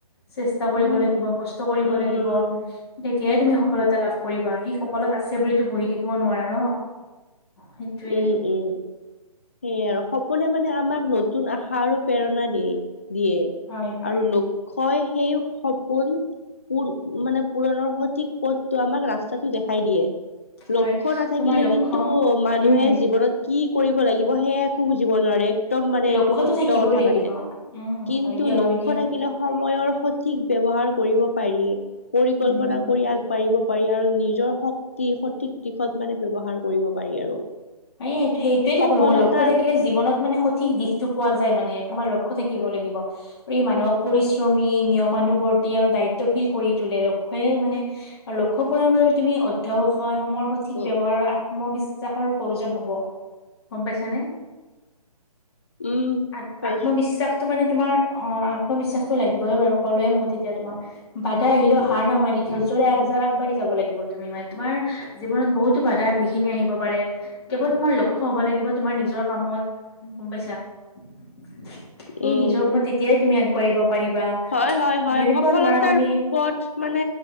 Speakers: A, on the left; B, on the left.
A: চেষ্টা কৰিব
B: উম।
A: লাগিব কষ্ট কৰিব
B: উম,
A: লাগিব। তেতিয়াই তুমি সফলতা লাভ কৰিবা সেই সফলত আছে বুলিতো বহি থাকিব নোৱাৰা ন। সেইটোয়ে
B: উম', উম'। সেয়ে আৰু সপোনে মানে আমাক নতুন আশা আৰু প্ৰেৰণা দিয়, দিয়ে।
A: হয় হয়
B: আৰু লোক্ষ্যই সেই সপোন পুন মানে পুৰণৰ সঠিক পথটো আমাক ৰাস্তাটো দেখাই দিয়ে।
A: হয়
B: লক্ষ্য নাথাকিলে
A: তোমাৰ লক্ষ্য
B: কিন্তু টো মানুহে
A: উম
B: জীৱনত কি কৰিব লাগিব সেয়া একো বুজিব নোৱাৰে। উত্তম মানে
A: লক্ষ্যতো
B: এইটো সত্য
A: থাকিবই
B: কথা
A: লাগিব
B: মানে
A: উম
B: কিন্তু
A: হয় দিয়া
B: লক্ষ্য
A: হয় দিয়া
B: থাকিলে। সময়ৰ সঠিক ব্যৱহাৰ কৰিব পাৰি পৰিকল্পনা
A: উম
B: কৰি আগবাঢ়িব পাৰি আৰু নিজৰ শক্তি সঠিক দিশত মানে ব্যৱহাৰ কৰিব পাৰি আৰু।
A: এই সেইটোয়েই
B: সফলতাৰ
A: কলো মই লক্ষ্য থাকিলে জীৱনত মানে সঠিক দিশটো পোৱা যায়। যায় মানে তোমাৰ লক্ষ্য থাকিব লাগিব। মানুহক পৰিশ্ৰমী নিয়মানুবৰ্তি আৰু দায়িত্বশীল কৰি তোলে লক্ষ্যই মানে আৰু লক্ষ্য পূুৰণ বাবে তুমি অধ্যয়ৱসায় সময়ৰ সঠিক
B: উ
A: ব্যৱহাৰ আৰু আত্মবিশ্বাস চাৰ প্ৰয়োজন হ'ব গম পাইছানে।
B: উম
A: আ
B: পাইছো
A: আত্মবিশ্বাস। মানে তোমাৰ অ' আত্মবিশ্বাসতটো লাগিবই বাৰু কলোয়ে মোক তেতিয়া তোমাক। বাদা আহিলেও হাৰ নামানি ধৈৰ্যৰে আগবাঢ়ি যাব লাগিব তুমি মানে তোমাৰ জীৱনত বহুতো বাধা বিঘিনি আহিব। কেৱল তোমাৰ লক্ষ্য হব লাগিব তোমাৰ নিজৰ কামত গম পাইছা। <inaudible> সেই
B: উম
A: নিজৰ কামত তেতিয়াই তুমি আগবাঢ়িব পাৰিবা
B: হয় হয় হয়
A: যেনেকুৱা
B: সফলতাৰ
A: ধৰা তুমি
B: পথ মানে